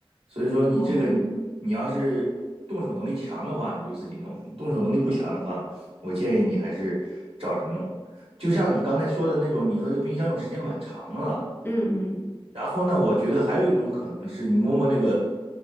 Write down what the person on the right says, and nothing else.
所以说你这个
你要是动手能力强的话，你就自己弄；动手能力不强的话，我建议你还是找人弄。就像你刚才说的那种，你说这个冰箱用时间蛮长的了。
然后呢，我觉得还有一种可能是你摸摸那个，